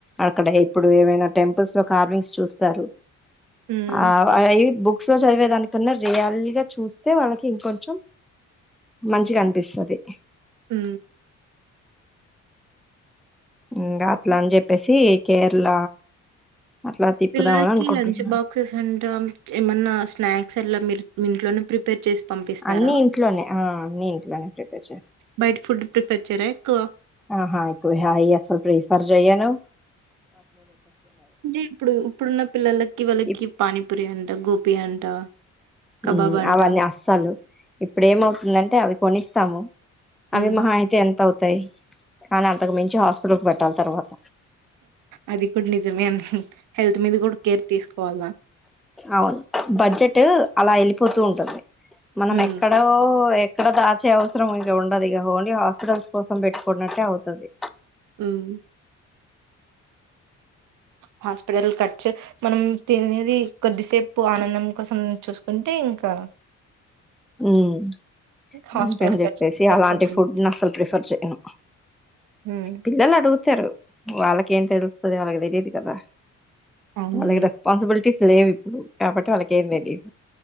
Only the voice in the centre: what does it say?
అక్కడ ఇప్పుడు ఏమైనా టెంపుల్స్ లో కార్వింగ్ చూస్తారు
ఆ అయ్యి బుక్ బుక్స్ లో చదివేదానికున్నా రియల్ గా చూస్తే వాళ్ళకి ఇంకొంచెం మంచిగా అనిపిస్తది
ఇంగా అట్లా అని చెప్పేసి కేరళ అట్లా తిప్పుదామని
అనుకుంటున్నా
అన్ని ఇంట్లోనే ఆ అన్ని ఇంట్లోనే ప్రిపేర్ చేస్తాం
ఆహా హాకు హాయ్ అసలు ప్రిఫర్ జయ్యాను
ఇప్
ఉ
అవన్నీ అస్సలు ఇప్పుడు ఏమవుతుందంటే అవి కొనిస్తాము
అవి మాహయితే ఎంత అవుతాయి కానీ అంతకు మించి హాస్పిటల్ కు పెట్టాలి తర్వాత
అవును బడ్జెట్ అలా వెళ్ళిపోతూ ఉంటుంది మనం
ఎక్కడో ఎక్కడో దాచే అవసరం ఇంక ఉండదు ఇక ఓన్లీ హాస్పిటల్స్ కోసం పెట్టుకునట్టే అవుతది
ఉమ్
అందుకని చెప్పేసి
అలాంటి ఫుడ్ ని అసలు ప్రిఫర్ చేయను
పిల్లలు అడుగు తరు వాళ్ళకేం తెలుస్తుంది వాళ్ళకి తెలిదు కదా
వాళ్ళకి రెస్పాన్సిబులిటీ టీస్ లేవు ఇప్పుడు కాబట్టి వాళ్ళకేం తెలీదు